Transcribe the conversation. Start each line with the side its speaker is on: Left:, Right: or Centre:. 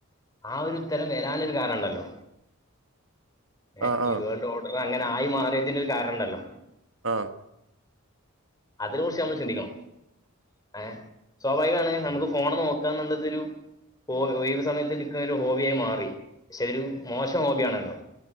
Left: ആ ഒരുത്തരം വരാനൊരു കാരണം ണ്ടല്ലോ? ഏ,
Right: ആഹ്
Left: ഈ,
Right: ആഹ്
Left: വേൾഡ് ഓഡറ് അങ്ങനെ ആയി മാറിയതിന് ഒരു, കാരണം ണ്ടല്ലോ?
Right: ആഹ്.
Left: അതിന കുറിച്ച്, ഞമ്മള്, ചിന്തിക്കണം? ഏ, സ്വാഭാവികാണ്, ഞമ്മക്ക് ഫോണ് നോക്കാന്നുള്ളതരു. ഹോ, ഒഴിവ് സമയത്ത് ഇൻക്കതൊരു ഹോബിയായി മാറി. ക്ഷെ, ഒരു, മോശം ഹോബിയാണല്ലോ?